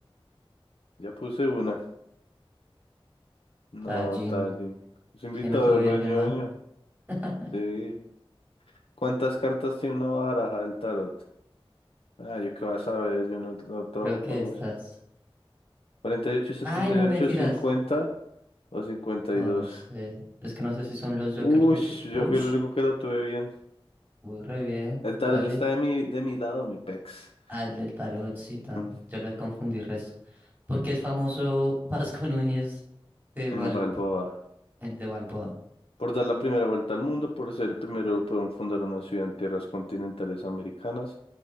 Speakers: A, on the left; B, on the right.
A: Ya puse una. No,
B: Tallin.
A: tal. in- Ese invitado
B: ¿Quién la tuvo
A: es
B: bien,
A: reñoño.
B: Germán? <laughs>
A: Sí. ¿Cuántas cartas tiene una baraja del tarot? Ah, yo qué vas a ver, yo no, no trabajo
B: Creo que
A: con
B: estás.
A: eso. cuarenta y ocho setenta
B: Ay, no,
A: y ocho
B: mentiras.
A: cincuenta o cincuenta
B: Oh,
A: y dos
B: no sé. Es que no sé si son los Jokers
A: Uy,
B: lo que.
A: yo
B: Ush,
A: fui el único que la tuve bien.
B: muy re bien.
A: El tarot
B: Dale.
A: está de mi, de mi lado, mi pex.
B: Ah, el del tarot, sí, tan.
A: Mm,
B: Yo le confundí el resto. Porque es famoso <laughs> Vasco Núñez de Balbo-
A: En Balboa.
B: eh, de Balboa.
A: Por dar la primera vuelta al mundo, por ser el primero europeo en fundar una ciudad en tierras continentales americanas,